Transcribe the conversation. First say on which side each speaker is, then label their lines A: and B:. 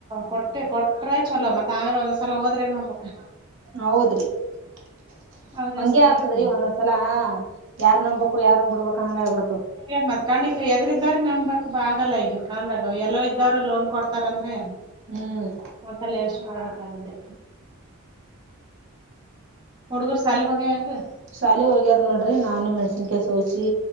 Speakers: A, on the right; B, on the right.
A: ಕೊಟ್ಟೆ ಕೊಟ್ರೆ ಚಲೋ ಮತ್ತ ಆಮೇಲೆ ಒಂದ್ಸಲ ಹೋದ್ರೆನ್ ನೋಡ್ಬೇಕ
B: ಹೌದ್ರಿ ಟಕ್
A: ಅವ್ರಿಗೆ
B: ಹಂಗೆ
A: ಸುಮ್ಮಾಗ್ತೀನಿ
B: ಆತದ್ರಿ ಒಂದೊಂದ್ಸಲಾ ಯಾರ್ ನಂಬಕು ಯಾರನ್ ಬಿಡಬೆಕು ಅಣ್ಣಂಗಾಗಿಬಿಡುತ್ತದ.
A: ಮತ್ತ ಕಣಿಕ್ ಎದ್ರ ಇದಾರ ನಂಬಕ್ ಆಗಲ್ಲ ಈಗ ಕಾಲದಾಗ ಎಲ್ಲೋ ಇದ್ದೋರು ಲೋನ್ ಕೊಡ್ತಾರಂದ್ರ ಬೆ
B: ಹ್ಮ್
A: ಒಂದಸಲೇ ಎಷ್ಟು ಮಾಡ್ಬೇಕ ಹೌದು ಹುಡುಗುರು ಸಾಲಿಗೆ ಹೋಗ್ಯಾವೆನರಿ
B: ಶಾಲೆಗೆ ಹೋಗ್ಯಾರ ನೋಡ್ರಿ ನಾನು ಮೆಣಸಿನ್ ಕಾಯಿ ಸೋಸಿ